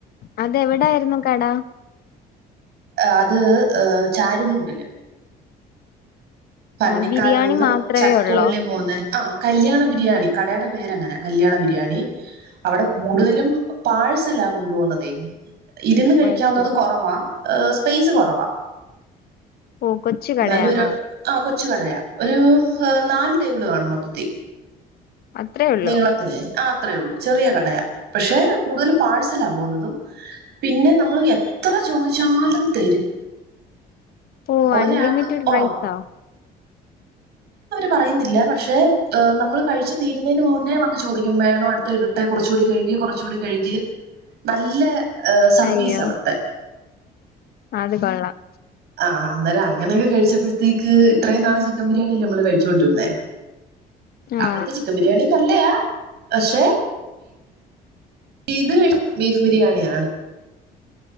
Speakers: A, on the left (about 65°); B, on the right (about 75°).
A: അതെവിടായിരുന്നു കട
B: അത് ഏ ചാരുമൂട്ടില് ഭർണിക്കാവിന്ന്
A: ആ ബിരിയാണി മാത്രമേ
B: ചക്കുവള്ളി
A: ഉള്ളോ
B: പോകുന്ന ആ കല്യാണ ബിരിയാണി കടയുടെ പേര്ങ്ങനെ കല്യാണ ബിരിയാണി അവിടെ കൂടുതലും പാഴ്സലാ കൊണ്ടു പോന്നതേ ഇരുന്ന് കഴിക്കാവുന്നത്
A: ഓ അത് ശരി
B: കുറവാ സ്പേസ് കുറവാ
A: ഓ കൊച്ചു കടയാണോ
B: നല്ലൊരു കൊച്ച് കടയാ ഒരു നാല് ടേബിൾ കാണും മൊത്തത്തി
A: അത്രേ ഉള്ളൂ
B: നീളത്തിലെ ആ അത്രേള്ളൂ ചെറിയ കടയാ പക്ഷെ കൂടുതൽ പാഴ്സല പോന്നതും പിന്നെ നമ്മൾ എത്ര ചോദിച്ചാലും തരും
A: ഓ
B: ഒരാൾക്ക്
A: അൺലിമിറ്റഡ്
B: ആ
A: റൈസാ
B: പറയുന്നില്ല പക്ഷെ നമ്മള് കഴിച്ചു തീരുന്നതിന് മുന്നേ വന്ന് ചോദിക്കും വേണോ അടുത്ത് ഇടട്ടെ കുറച്ചുകൂടി കഴിക്ക് കുറച്ചുകൂടി കഴിക്ക് നല്ല ഏഹ് സർവീസ
A: അയ്യോ
B: അവിടുത്തെ
A: അത് കൊള്ളാം
B: ആഹ് അന്നേരം അങ്ങനൊക്കെ കഴിച്ചപ്പഴ്ത്തേക്ക് ഇത്രയും നാള് ചിക്കൻ ബിരിയാണില്ലേ നമ്മള് കഴി ച്ചോണ്ടിരുന്നെ
A: ആ
B: അവിടുത്തെ ചിക്കൻ ബിരിയാണി ന നല്ലയാ പക്ഷെ ഇത് ബീഫ് ബിരിയാണിയാണ്